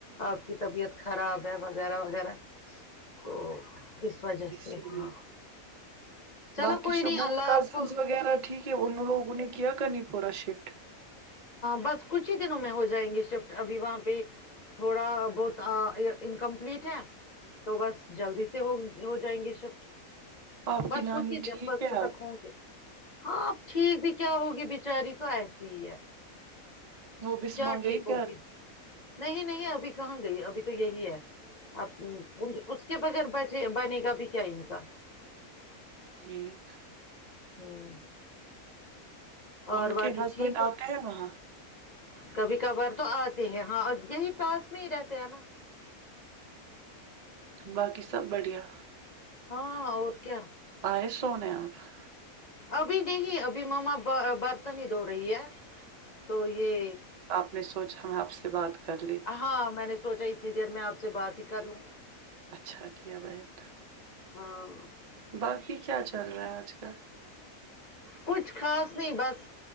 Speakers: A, on the left; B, on the right.
A: آپ کی طبیعت خراب ہے وغیرہ وغیرہ تو اس وجہ
B: اسی
A: سے ہاں
B: نہیں
A: چلو
B: باقی
A: کوئی
B: شب
A: نہیں اللہ
B: کزنس
A: آپ کو
B: وغیرہ ٹھیک ہے ان لوگوں نے کیا کرنی پورا شفٹ <unintelligible>
A: بس کچھ ہی دنوں میں ہو جائیں گے شفٹ ابھی وہاں پہ تھوڑا بہت انکمپلیٹ ہے تو بس جلدی سے ہو جائیں گے شفٹ
B: آپ
A: بس
B: کی نانی
A: کچھ ہی د
B: ٹھیک ہے
A: تک ک گے ہاں آپ ٹھیک بھی کیا ہوگی بچاری تو ایسی ہی ہے
B: وہ بسما
A: کیا
B: گئی
A: ٹھیک
B: گھر
A: ہوگی نہیں نہیں ابھی کہاں گئی ابھی تو یہی ہے اب اس کے بغیر بچے بنے گا بھی کیا ان کا
B: ایک
A: ہوں
B: ان
A: اور
B: کے
A: باقی
B: ہسبینڈ
A: ٹھیک ہے
B: آتے ہیں وہاں
A: کبھی کبھار تو آتے ہیں ہاں یہی پاس میں ہی رہتے ہیں نا
B: باقی سب بڑھیا
A: ہاں اور کیا
B: آئے سونے آپ <unintelligible>
A: ابھی نہیں ابھی ماما برتنی ہی دھو رہی ہے تو یہ
B: آپ نے سوچ <unintelligible> تو ہم میں آپ سے بات کر لیتے
A: ہاں میں نے سوچا اتنی دیر میں آپ سے بات ہی کر لوں
B: اچھا کیا بہن
A: ہاں
B: باقی کیا چل رہا ہے آج کل <unintelligible>
A: کچھ خاص نہیں بس